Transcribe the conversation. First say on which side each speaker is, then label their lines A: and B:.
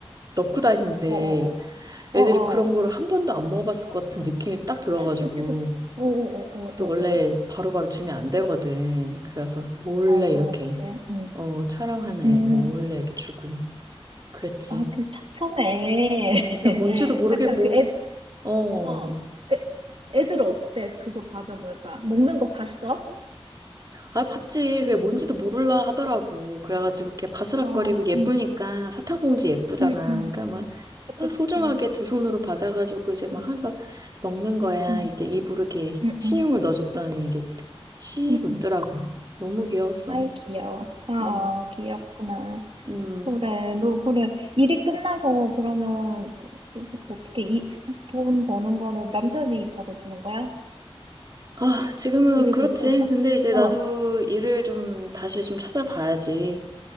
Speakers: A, on the right; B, on the right.
A: 넣고 다니는데
B: 어어어. 어어.
A: 애들이 그런 거를 한 번도 안 먹어봤을 것 같은 느낌이 딱 들어가지고
B: 그치, 그치. 어어어어어어.
A: 그것도 원래 바로바로 주면 안 되거든. 그래서 몰래
B: 아, 그렇지.
A: 이렇게
B: 응.
A: 어 촬영하네
B: 음.
A: 몰래 이렇게 주고 그랬지.
B: 아, 그 착하네.
A: 맞아 뭔지도 모르게
B: 착하네.
A: 뭐
B: <laughs> 그 애,
A: 어
B: 어. 그 애들 어때? 그거 받아보니까. 먹는 거 봤어?
A: 아, 봤지. 그게 뭔지도 모를라 하더라고. 그래가지고 이렇게 바스락거리고
B: 어,
A: 예쁘니까
B: 응.
A: 사탕 봉지 예쁘잖아.
B: 응, 응.
A: 그러니까 막,
B: 그치,
A: 막
B: 그치.
A: 소중하게 두 손으로 받아가지고 이제 막 해서 먹는 거야.
B: 응,
A: 이제 입으로 이렇게
B: 응,
A: 신용을
B: 응.
A: 넣어줬더니 이게 씩
B: 응,
A: 웃더라고.
B: 응.
A: 너무 귀여웠어.
B: 아이, 귀여워. 아, 아,
A: 음,
B: 귀엽구나.
A: 음.
B: 그래, 너, 그래. 일이 끝나서 그러면, 그, 어떻게 이, 돈 버는 거는 남편이 벌어주는 거야?
A: 아, 지금은
B: 일을
A: 그렇지.
B: 못해서.
A: 근데 이제
B: 어,
A: 나도 일을 좀 다시 좀 찾아봐야지.